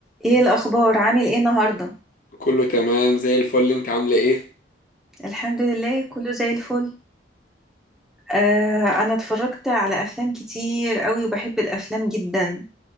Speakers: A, in the centre; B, on the left (about 50°).
A: ايه الاخبار عامل ايه النهارده
B: كله تمام زي الفل انت عامله ايه
A: الحمد لله كله زي الفل آه انا اتفرجت على افلام كتير قوي وبحب الافلام جدا